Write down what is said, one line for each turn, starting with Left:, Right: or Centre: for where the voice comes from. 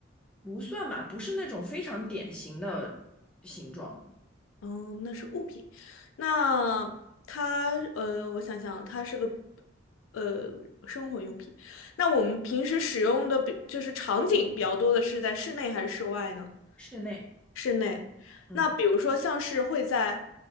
Centre: 不算吧，不是那种非常典型的形状。
Left: 哦，那是物品。那它呃，我想想，它是个呃生活用品。那我们平时使用的，比就是场景比较多的是在室内还是室外呢？
Centre: 室内，
Left: 室内。
Centre: 嗯，
Left: 那比如说像是会在